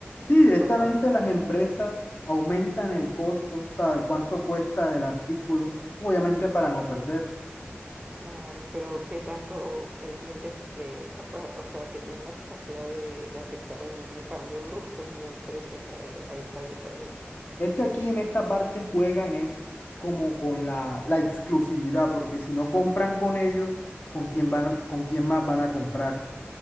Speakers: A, on the left (about 50°); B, on the right (about 25°).
A: Sí, directamente
B: total.
A: las empresas aumentan el costo, o sea, cuánto cuesta el artículo, obviamente para no perder.
B: Claro, pero ¿qué tanto el cliente eh, es capaz, o sea, tiene la capacidad de, de aceptar un, un cambio brusco en el precio? O sea, eh, ahí está el detalle.
A: Es que aquí en esta parte juegan es como con la, la exclusividad, porque si no compran con ellos, ¿con quién van, a- con quién más van a comprar?